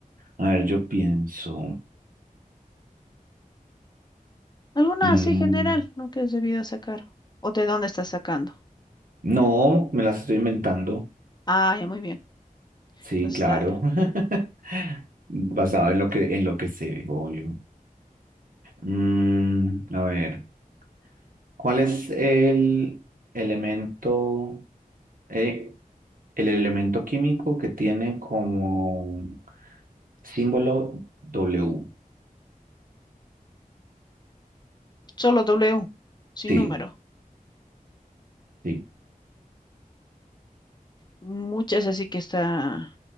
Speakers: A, on the right (about 70°); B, on the left (about 30°).
A: a ver, yo pienso.
B: alguna
A: mm,
B: así general, ¿no? Que es debido sacar. ¿O de dónde estás sacando?
A: no, me las estoy inventando.
B: Ah, ya muy bien.
A: Sí,
B: Entonces
A: claro.
B: dale.
A: <laughs> Basado en lo que, en lo que sé, obvio. Mm, a ver. ¿Cuál es el elemento, eh, el elemento químico que tiene como símbolo W?
B: Solo W, sin
A: Sí,
B: número.
A: sí.
B: Muchas así que está